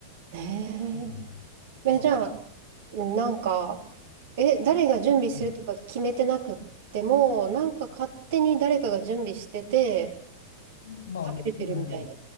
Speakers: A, on the right (about 50°); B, on the left (about 60°).
A: ね
B: うん、
A: え。
B: ま
A: え、じゃあ、なんか、え、誰が準備するとか決めてなくっても、
B: あ、ね
A: なんか勝手に誰かが準備してて、
B: まあ、
A: 食べれてるみたいな。
B: うん